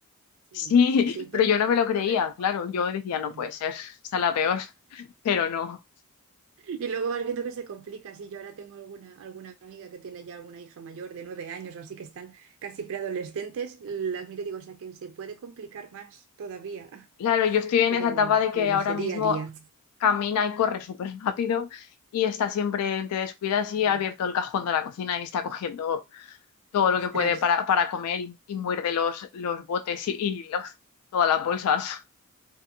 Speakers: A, on the right (about 65°); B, on the left (about 90°).
A: Sí,
B: Sí,
A: sí, sí, pero
B: <laughs> pero yo
A: es muy
B: no me
A: bonito
B: lo creía,
A: verlos cómo
B: claro, yo
A: se desarrollan.
B: decía, no puede ser, está la peor, <laughs> pero no.
A: Y luego vas viendo que se complica. Sí, yo ahora tengo alguna, alguna amiga que tiene ya alguna hija mayor de nueve años o así que están casi preadolescentes. Las miro y digo, o sea, que se puede complicar más todavía,
B: Claro,
A: <laughs>
B: yo estoy en
A: pero
B: esa etapa de que
A: no lo
B: ahora
A: sé,
B: mismo
A: día a día.
B: camina y corre súper rápido y está siempre, te descuidas
A: Claro,
B: y ha abierto el cajón de la cocina y está cogiendo todo lo
A: ostras.
B: que puede para, para comer y, y muerde los, los botes y, y los, todas las bolsas.